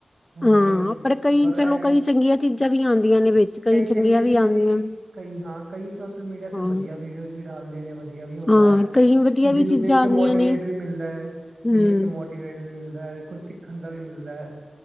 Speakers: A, on the right (about 70°); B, on the left (about 20°).
A: ਹੁਣ
B: ਹਾਂ ਕਈ
A: ਪਰ ਇਹ,
B: ਚਲੋ ਕਈ ਚੰਗੀਆਂ ਚੀਜ਼ਾਂ ਵੀ ਆਉਂਦੀਆਂ ਨੇ ਵਿੱਚ
A: 'ਕਈ ਚੰਗੀਆਂ ਚੀਜ਼ਾਂ
B: ਆਉਂਦੀਆਂ
A: ਵੀ ਕਈ ਹਾਂ, ਕਈ ਸੋਸ਼ਲ ਮੀਡੀਆ ਤੇ
B: ਹਾਂ
A: 'ਵਧੀਆ ਵੀਡੀਓਜ਼ ਵੀ ਡਾਲਦੇ ਨੇ ਏਵੀ ਹੁੰਦਾ
B: ਹਾਂ
A: ਹੈ,
B: ਕਈ ਵਧੀਆ
A: ਜਿਹਨੂੰ
B: ਵੀ ਚੀਜ਼ਾਂ
A: ਦੇਖ ਕੇ
B: ਆਉਂਦੀਆਂ
A: ਮੋਟ ਡੀਮੋਟੀਵੇਟ
B: ਨੇ
A: ਵੀ ਮਿਲਦਾ ਹੈ,
B: ਹਮ
A: ਜਿਹਨੂੰ ਵਿੱਚ ਮੋਟੀਵੇਟ ਵੀ ਮਿਲਦਾ ਹੈ, ਕੁਛ ਸਿੱਖਣ ਦਾ ਵੀ ਮਿਲਦਾ ਹੈ।